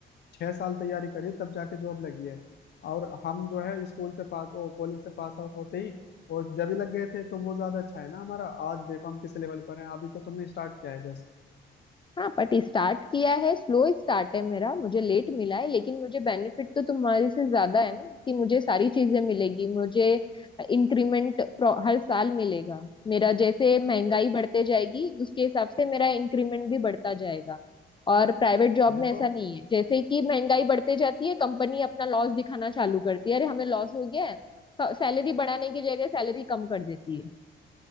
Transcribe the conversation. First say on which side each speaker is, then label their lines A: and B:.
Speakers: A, on the left; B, on the left.
A: छह साल तैयारी करी तब जाके जॉब लगी है और हम जो है स्कूल से पास ओ कॉलेज से पास आउट होते ही और जब ही लग गए थे तो वो ज्यादा अच्छा है ना हमारा आज देखो हम किस लेवल पर हैं अभी तो तुमने स्टार्ट किया है जैसे
B: हाँ बट स्टार्ट किया है स्लो स्टार्ट है मेरा मुझे लेट मिला है लेकिन मुझे बेनिफिट तो तुम्हारे से ज्यादा है ना कि मुझे सारी चीजें मिलेगी मुझे इंक्रीमेंट हर साल मिलेगा मेरा जैसे महंगाई बढ़ते जाएगी उसके हिसाब से मेरा इंक्रीमेंट भी बढ़ता जाएगा और प्राइवेट जॉब
A: देखो
B: में ऐसा नहीं है जैसे कि महंगाई बढ़ते जाती है कंपनी अपना लॉस दिखाना चालू करती है अरे हमें लॉस हो गया है सैलरी बढ़ाने की जगह सैलरी कम कर देती है